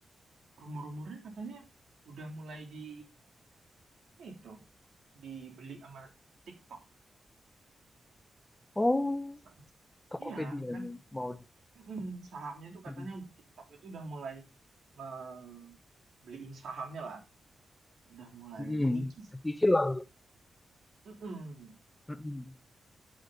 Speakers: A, on the right (about 80°); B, on the left (about 15°).
A: rumor-rumornya katanya udah mulai di itu dibeli sama TikTok.
B: oh
A: Sa-
B: Tokopedia-nya
A: Iya, kan
B: mau di
A: mm sahamnya tuh katanya
B: mm
A: TikTok itu udah mulai nge- beliin sahamnya lah udah mulai
B: Dicicil
A: mengikis.
B: lah
A: Mm-mm.
B: Mm-mm.